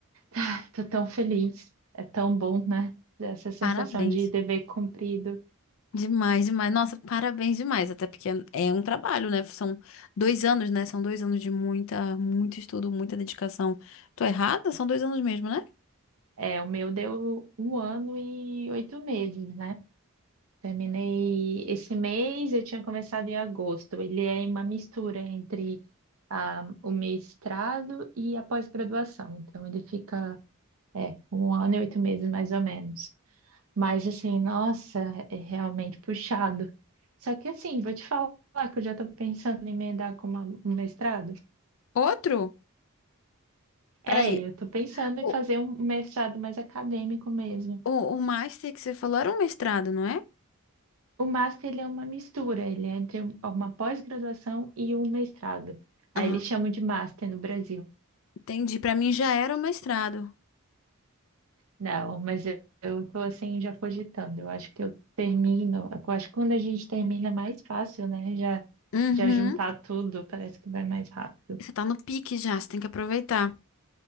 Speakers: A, on the right; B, on the left.
A: Ah, tô tão feliz. É tão bom, né? Essa sensação
B: Parabéns.
A: de dever cumprido.
B: Demais, demais. Nossa, parabéns demais. Até porque é um trabalho, né? São dois anos, né? São dois anos de muita, muito estudo, muita dedicação. Tô errada? São dois anos mesmo, né?
A: É, o meu deu um ano e oito meses, né? Terminei esse mês, eu tinha começado em agosto. Ele é uma mistura entre ah, o mestrado e a pós-graduação. Então, ele fica, é, um ano e oito meses mais ou menos. Mas assim, nossa, é realmente puxado. Só que assim, vou te falar que eu já estou pensando em emendar com uma- um mestrado.
B: Outro? Peraí.
A: É, eu estou pensando
B: O,
A: em fazer um mestrado mais acadêmico mesmo.
B: o, o master que você falou era um mestrado, não é?
A: O master, ele é uma mistura, ele é entre um- uma pós-graduação e um mestrado. Aí
B: Ah,
A: eles chamam de master no Brasil.
B: entendi. Pra mim já era um mestrado.
A: Não, mas eu estou assim já cogitando. Eu acho que eu termino, eu acho que quando a gente termina é mais fácil, né? Já,
B: Uhum.
A: já juntar tudo, parece que vai mais rápido.
B: Você tá no pique já, você tem que aproveitar.